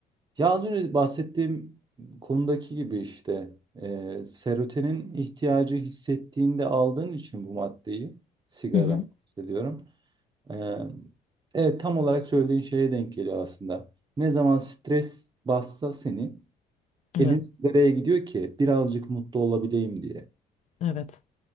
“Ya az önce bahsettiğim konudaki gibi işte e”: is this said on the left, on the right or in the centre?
Right